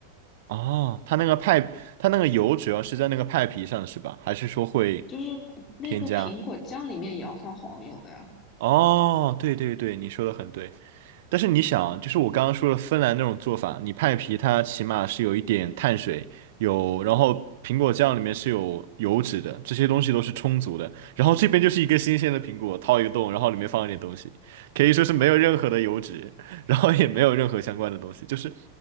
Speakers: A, on the right; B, on the left.
A: 哦，它那个派，它那个油主要是在那个派皮上是吧？还是说会
B: 就是那个苹果酱里面也要放黄油呀。
A: 添加？哦，对对对，你说的很对。但是你想，就是我刚刚说的芬兰那种做法，你派皮它起码是有一点碳水，有，然后苹果酱里面是有油脂的，这些东西都是充足的。然后这边就是一个新鲜的苹果，掏一个洞，然后里面放一点东西，可以说是没有任何的油脂，<laughs> 然后也没有任何相关的东西，就是